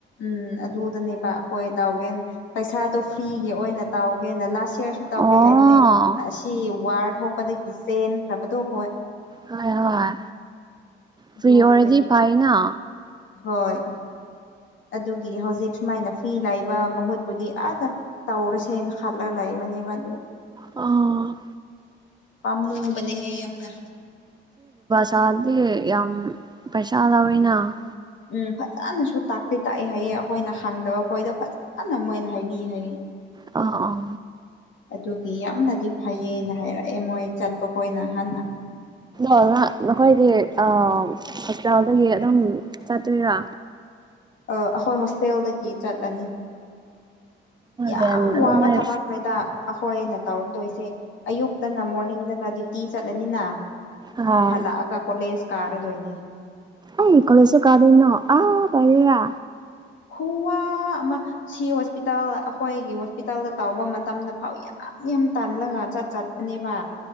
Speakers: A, on the left; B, on the right.
A: ꯎꯝ ꯑꯗꯨꯗꯅꯦꯕ ꯍꯣꯏ ꯇꯧꯒꯦꯅ ꯄꯩꯁꯥꯗꯣ ꯐ꯭ꯔꯤꯒꯤ ꯑꯣꯏꯅ ꯇꯧꯒꯦꯅ ꯂꯥꯁ ꯀꯌꯥꯔꯁꯨ ꯇꯧꯗꯦ
B: ꯑꯣ
A: ꯍꯥꯏꯕꯅꯦ ꯑꯁꯤ ꯋꯥꯔ ꯊꯣꯛꯄꯗꯒꯤ ꯆꯦꯟꯈ꯭ꯔꯕꯗꯣ ꯍꯣꯏ
B: ꯍꯣꯢ ꯍꯣꯢ
A: ꯑꯗꯨꯒꯤ
B: ꯐ꯭ꯔꯤ ꯑꯣꯢꯔꯗꯤ ꯐꯩꯌꯦꯅ
A: ꯍꯣꯏ ꯑꯗꯨꯒꯤ ꯍꯧꯖꯤꯛ ꯁꯨꯃꯥꯏꯅ ꯐ꯭ꯔꯤ ꯂꯩꯕ ꯃꯍꯨꯠꯄꯨꯗꯤ ꯑꯥꯗ ꯇꯧꯔꯁꯦꯅ ꯈꯜꯂꯒ ꯂꯩꯕ ꯃꯅꯦꯕ ꯑꯗꯨ
B: ꯑ
A: ꯄꯥꯝꯃꯨꯕꯅꯦꯍꯦ ꯌꯥꯝꯅ
B: ꯅꯍꯥꯟꯁꯦ ꯌꯥꯝ ꯄꯩꯁꯥ ꯂꯧꯋꯦꯅ
A: ꯎꯝ ꯐꯖꯅꯁꯨ ꯇꯥꯛꯇꯤ ꯇꯥꯛꯑꯦ ꯍꯥꯏꯌꯦ ꯑꯩꯈꯣꯏꯅ ꯈꯪꯗꯕ ꯑꯩꯈꯣꯏꯗ ꯐꯖꯅ ꯃꯣꯏꯅ ꯍꯥꯏꯕꯤ ꯍꯥꯏꯌꯦ
B: ꯑꯣ ꯑꯣ
A: ꯑꯗꯨꯒꯤ ꯌꯥꯝꯅꯗꯤ ꯐꯩꯌꯦꯅ ꯍꯥꯏꯔꯛꯑꯦ ꯃꯣꯏ ꯆꯠꯄ ꯈꯣꯏꯅ ꯍꯥꯟꯅ
B: ꯑꯗꯣ ꯉꯥ ꯅꯈꯣꯏꯗꯤ ꯑ ꯍꯣꯁꯄꯤꯇꯥꯜꯗꯒꯤ ꯑꯗꯨꯝ ꯆꯠꯇꯣꯏꯔꯥ
A: ꯑ ꯑꯩꯈꯣꯏ ꯍꯣꯁꯇꯦꯜꯗꯒꯤ ꯆꯠꯂꯅꯤ ꯌꯥꯝ
B: ꯔꯦꯟ ꯑꯗꯨꯃꯥꯏ
A: ꯋꯥꯕ ꯊꯕꯛꯅꯦꯗ ꯑꯩꯈꯣꯏꯅ ꯇꯧꯗꯣꯏꯁꯦ ꯑꯌꯨꯛꯇꯅ ꯃꯣꯔꯅꯤꯡꯗꯅ ꯗ꯭ꯌꯨꯇꯤ ꯆꯠꯂꯅꯤꯅ
B: ꯑꯥ
A: ꯍꯜꯂꯛꯑꯒ ꯀꯣꯂꯦꯖ ꯀꯥꯔꯗꯣꯏꯅꯦ
B: ꯑꯩꯏ ꯀꯣꯂꯦꯖꯁꯨ ꯀꯥꯗꯣꯢꯅꯣ ꯑ ꯀꯔꯤꯔ
A: ꯈꯨꯋꯥ ꯑꯃ ꯁꯤ ꯍꯣꯁꯄꯤꯇꯥꯜ ꯑꯩꯈꯣꯏꯒꯤ ꯍꯣꯁꯄꯤꯇꯥꯜꯗ ꯇꯧꯕ ꯃꯇꯝꯗ ꯐꯥꯎ ꯌꯥꯝ ꯌꯥꯝ ꯇꯥꯜꯂꯒ ꯆꯥꯠ ꯆꯥꯠꯄꯅꯦꯕ